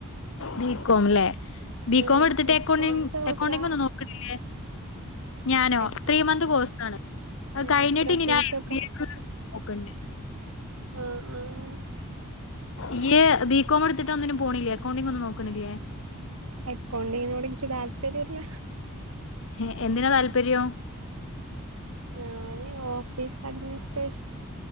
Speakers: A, on the left; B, on the right.
A: ബികോം അല്ലേ ബികോം
B: ഏഹ്
A: എടുത്തിട്ട്
B: എത്ര
A: അക്കൗണ്ടി
B: മാസത്തെ കോഴ്സാ
A: അക്കൗണ്ടിംഗ് ഒന്നും നോക്കണില്ലേ ഞാനോ
B: അക്കൗണ്ടിങ്
A: ത്രീ മന്ത് കോഴ്സ് ആണ് അത്
B: ഏഹ്
A: കഴിഞ്ഞിട്ട്
B: എത്ര ഫീസൊക്കെ
A: ഞാൻ എം ബി എ ക്ക് നോക്കണ്ട്
B: ആഹ് ആഹ്
A: ഇയ്യ് ബി കോം എടുത്തിട്ട് ഒന്നിനും പോണില്ലേ അക്കൗണ്ടിംഗ് ഒന്നും നോക്കണില്ലേ
B: അക്കൗണ്ടിങ്ങനോട് എനിക്ക് താല്പര്യല്ല
A: ഏഹ് എന്തിനാ താല്പര്യം?
B: ഞാന് ഓഫീസ് അഡ്മിനിസ്ട്രേഷ